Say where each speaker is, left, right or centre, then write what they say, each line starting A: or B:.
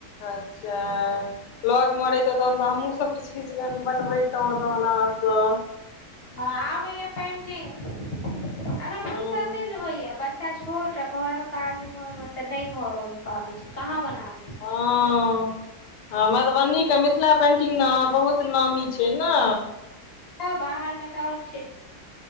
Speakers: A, on the left (about 85°); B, on the left (about 50°).
A: अच्छा लग म रहितौ तहन तऽ हमहूँ सब किछ किछ कनी बनबैतो आहा स
B: हँ आबै य पेंटिंग अखन
A: हँ
B: फुरसते नय होइया बच्चा छोट एकटा घरक काज एम्हर उम्हर त नय भ पाबे छै कहाँ बनाब
A: हँ ऽ हँ मधबनी के मिथिला पेंटिंग नेश बहुत नामी छै न
B: ह बाहर मे तऽ आओर छै